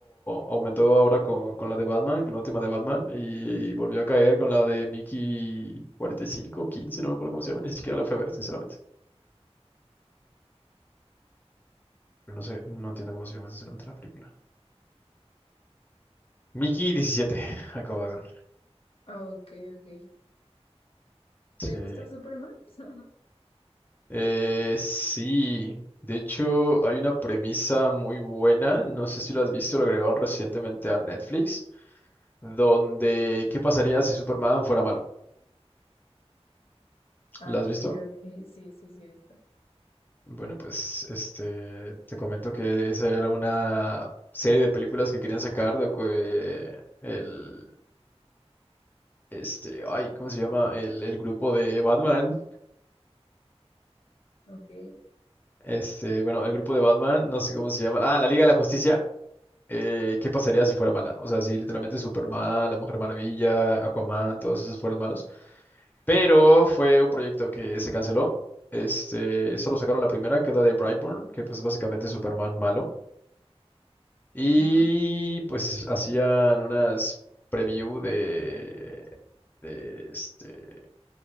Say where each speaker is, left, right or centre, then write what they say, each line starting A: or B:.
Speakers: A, on the left; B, on the left.
A: aumentó ahora con, con la de Batman, con la última de Batman, y, volvió a caer con la de Mickey 45 o 15, no me acuerdo cómo se llama, ni siquiera la fue a ver, sinceramente. Pero no sé, no entiendo cómo se llama, sinceramente, la película. Mickey 17, <laughs> acabo de ver.
B: Ah, ok, ok.
A: Sí.
B: ¿Te gusta Superman? <laughs>
A: Eh, sí. De hecho, hay una premisa muy buena, no sé si la has visto, lo agregaron recientemente a Netflix donde ¿qué pasaría si Superman fuera malo?
B: Ah,
A: ¿La has visto?
B: ok, ok. Sí, sí, sí, he visto.
A: Bueno, pues este te comento que esa era una serie de películas que querían sacar de que el este, ay, ¿cómo se llama? El, el grupo de Batman.
B: Ok.
A: Este, bueno, el grupo de Batman, no sé cómo se llama. Ah, la Liga de la Justicia. eh, ¿qué pasaría si fuera mala? O sea, si literalmente Superman, la Mujer Maravilla, Aquaman, todos esos fueron malos. Pero fue un proyecto que se canceló. Este, solo sacaron la primera, que es la de Brightburn, que pues es básicamente Superman malo. Y
B: Ujú.
A: pues hacían unas preview de, de, este,